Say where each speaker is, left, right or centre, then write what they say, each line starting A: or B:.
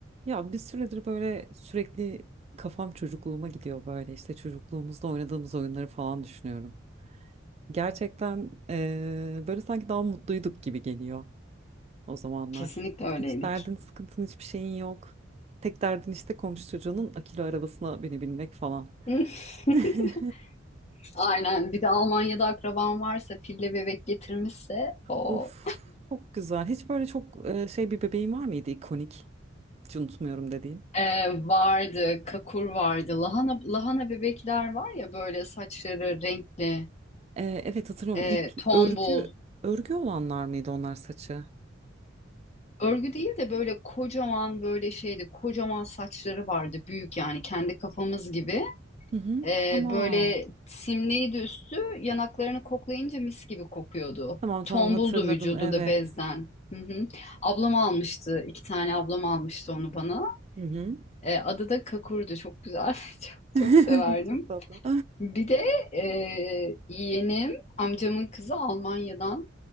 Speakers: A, on the right (about 35°); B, on the left (about 35°).
A: Ya bir süredir böyle sürekli kafam çocukluğuma gidiyor böyle işte çocukluğumuzda oynadığımız oyunları falan düşünüyorum. Gerçekten eee, böyle sanki daha mutluyduk gibi geliyor o zamanlar.
B: Kesinlikle öyleydik.
A: Hiç derdin, sıkıntın, hiçbir şeyin yok. Tek derdin işte komşu çocuğunun akülü arabasına binebilmek falan.
B: <laughs>
A: <laughs>
B: Aynen. Bir de Almanya'da akraban varsa, pille bebek getirmişse o
A: Of çok güzel. Hiç böyle çok eee, şey bir bebeğin var mıydı ikonik? Hiç unutmuyorum dediğin.
B: Ee, vardı, kakur vardı. Lahana lahana bebekler var ya böyle saçları renkli,
A: Eee, evet hatırlıyorum.
B: e,
A: İp,
B: tombul.
A: örgü, örgü olanlar mıydı onlar saçı?
B: Örgü değil de böyle kocaman böyle şeydi, kocaman saçları vardı, büyük yani kendi kafamız gibi.
A: Hı hı.
B: Ee,
A: Tamam.
B: böyle simliydi üstü, yanaklarını koklayınca mis gibi kokuyordu.
A: Tamam
B: Tombuldu
A: tamam hatırladım.
B: vücudu
A: Evet.
B: da bezden. Hı hı. Ablam almıştı, iki tane ablam almıştı onu bana.
A: Hı hı.
B: Ee, adı da Kakur'du, çok güzel, <laughs> çok,
A: <laughs>
B: çok severdim.
A: Çok tatlı.
B: Bir de e, yeğenim, amcamın kızı Almanya'dan